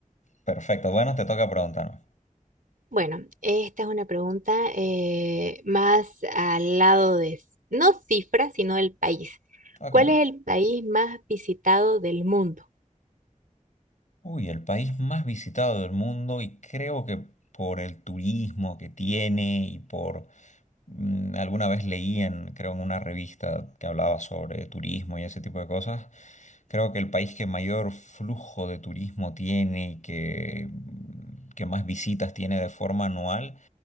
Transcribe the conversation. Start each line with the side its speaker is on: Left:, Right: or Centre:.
Left: Perfecto, bueno, te toca preguntarme.
Right: Bueno, esta es una pregunta eh, más al lado de, no cifras, sino el país.
Left: Ok.
Right: ¿Cuál es el país más visitado del mundo?
Left: Uy, el país más visitado del mundo y creo que por el turismo que tiene y por Mm, Alguna vez leí en, creo, en una revista que hablaba sobre turismo y ese tipo de cosas. Creo que el país que mayor flujo de turismo tiene y que, que más visitas tiene de forma anual,